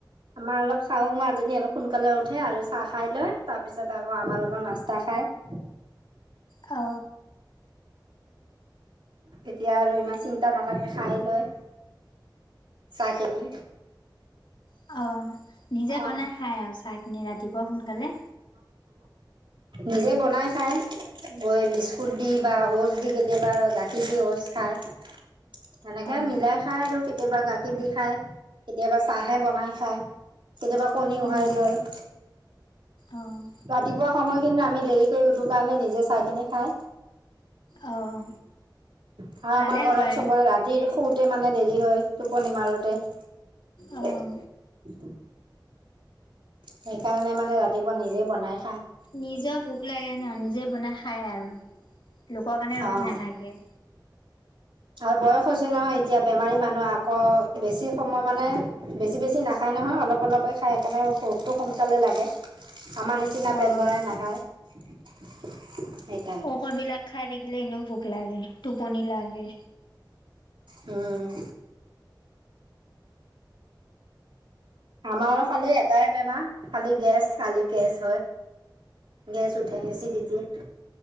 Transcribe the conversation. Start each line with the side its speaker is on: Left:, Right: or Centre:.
Right: আমাৰ অলপ শাহু মা জনী অলপ সোনকালে উঠে আৰু চাহ খাই লয় তাৰ পিছত আকৌ আমাৰ লগত না্চতা খা য় ।
Left: অ
Right: তেতিয়া আৰু ইমান চিন্তা নাথাকে খাই লৈ । চাহখিনি ।
Left: অ নিজে
Right: অ <unintelligible>
Left: বনাই খাই আৰু চাহখিনি ৰাতিপুৱা সোনকালে।
Right: নিজে বনাই খাই গৈ বিস্কুট দি বা 'অটচ দি কে কেতিয়াবা গাখীৰ দিও অটছ খায় সেনেকে
Left: অ'
Right: মিলাই খায় আৰু কেতিয়াবা গাখীৰ দি খাই কেতিয়াবা চাহে বনাই খায় কেতিয়াবা কণী উহাই
Left: উম
Right: লয় ।
Left: অ'
Right: ৰাতিপুৱা সময় কিন্তু আমি দেৰি কৰি উঠো কাৰণে নিজে চাহখিনি খাই
Left: অ'
Right: । আৰু
Left: ভালে
Right: আমাৰ ঘৰত
Left: কৰে
Right: চবৰে ৰাতিৰ শু তে মানে দেৰি হয় টোপনি মাৰোতে ।
Left: অ'
Right: সেইকাৰণে মানে ৰাতিপুৱা নিজে বনাই খায় ।
Left: নিজৰ ভোক লাগে ন নিজে বনাই খায় আৰু লোকৰ কাৰণে ৰখি
Right: অঁ
Left: নাথাকে
Right: আৰু বয়স হৈছে নহয় এতিয়া বেমাৰী মানুহ আকৌ বেছি সময় মানে বেছি বেছি নাখায় । খাই নহয় অলপ অলপেই খাই সেইকাৰণে ভোগটো সোনকালে লাগে । আমাৰ নিচিনা
Left: অ'
Right: পেট ভৰাই নাখায় সেইকাৰণে ।
Left: খৰ বিলাক খাই থাকিলে এনেও ভোক লাগে টোপনি লাগে
Right: উম আমাৰ খালি এটাই বেমাৰ খালি গেছ খালি গছ হয় গেছ উঠে এচি দি দিয়া